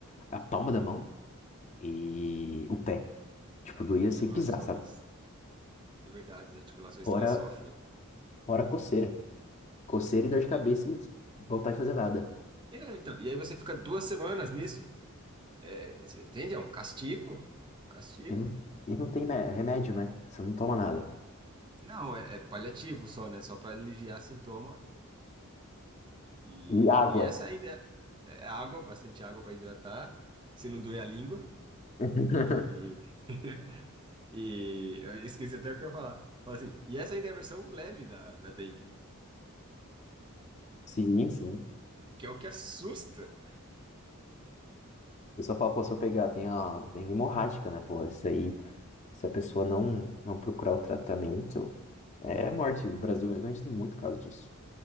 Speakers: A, on the left; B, on the right.
A: a palma da mão e o pé. Tipo, doía
B: Articulações,
A: sem pisar, sabe?
B: é verdade, as articulações
A: Fora,
B: também sofrem.
A: fora coceira. Coceira e dor de cabeça
B: E,
A: e vontade de fazer nada.
B: é, então, e aí você fica duas semanas nisso. É, você entende? É um castigo. Castigo.
A: E não, e não tem me- remédio, né? Você não toma nada.
B: Não, é, é paliativo só, né? Só para aliviar sintoma. E,
A: E água.
B: e essa ainda é é água, bastante água para hidratar, se não doer a língua.
A: <laughs>
B: E <laughs> E eu esqueci até o que eu ia falar. Fala assim, e essa ainda é a versão leve da, da dengue,
A: Sim, sim. O
B: que é o que assusta.
A: pessoal fala, pô, se eu pegar, tem a dengue hemorrágica, né, pô? Isso aí, se a pessoa não, não procurar o tratamento, É morte no Brasil mesmo, a gente tem muito caso disso.